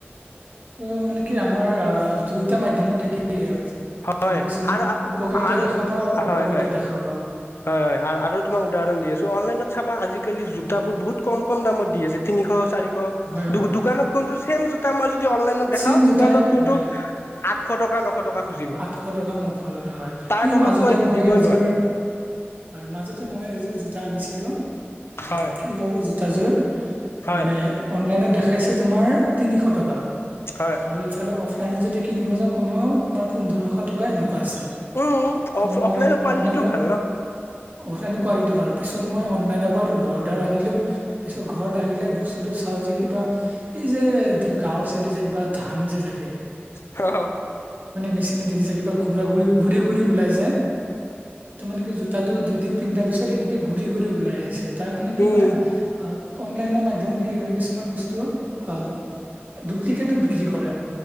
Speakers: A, on the right; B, on the left.
A: ত' মানে কি, আমাৰ আ দুইটা মাধ্যমত কি
B: হয়
A: আমি কিছুমান
B: আৰু
A: উপকাৰিতা
B: আৰু
A: দেখা পাওঁ আৰু
B: হয়
A: অপকাৰিতাও
B: হয়
A: দেখা পাওঁ।
B: হয় হয়। আৰু তোমাক উদাহৰণ দি আছো অনলাইনত চাবা আজিকালি জোতাবোৰ
A: অ,
B: বহুত কম কম দামত দি আছে। তিনিশ-চাৰিশ
A: হয় হয়
B: দোকানত কিন্তু ছেম জোতা মই যদি অনলাইনত দেখাও,
A: চেম জোতাই
B: দোকানত কিন্তু
A: হয়
B: আঠশ টকা, নশ টকা খুজিব
A: আঠশ টকা, নশ টকা হয়।
B: তাৰ
A: সেই
B: তলত
A: মাজতে
B: কৈ
A: মই
B: দিবই
A: এযোৰ
B: নোৱাৰো
A: হয়। মাজতে মই এযোৰ জোতা আনিছিলো অ'
B: হয়
A: কি হ'ল জোতাযোৰ,
B: হয়
A: মানে অনলাইনত দেখাইছে তোমাৰ তিনিশ টকা।
B: হয়
A: আৰু ইফালে অফলাইনত যদি কিনিব যাও কমেও আমাৰ পোন্ধৰশ টকা এনেকুৱা আছে।
B: উম
A: ত'
B: অফ
A: মই
B: অফলাইনৰ কোৱালিটিটো
A: অনলাইনত,
B: ভাল ন
A: অফলাইন কোৱালিটি ভাল। পিছত মই অনলাইনৰ পৰাও ল'লোঁ। অৰ্ডাৰ আনিলোঁ, পিছত ঘৰত আহিলে বস্তুটো চাওঁ যে কিবা এই যে গাঁৱৰ চাইডে যে কিবা ধান যে থাকে
B: হ হ
A: মেচিনেদি যায় কিবা গুৰা, গুৰি গুৰি ওলাই যে, তাৰ মানে কি জোতাত দুইদিন পিন্ধাৰ পিছত এনেকে গুৰি গুৰি ওলাই আহিছে। তাৰ মানে কি
B: উম
A: হয়, আ অনলাইনৰ ত কি হয় কিছুমান বস্তু, আহ ডুপ্লিকেটো বিক্ৰী কৰে।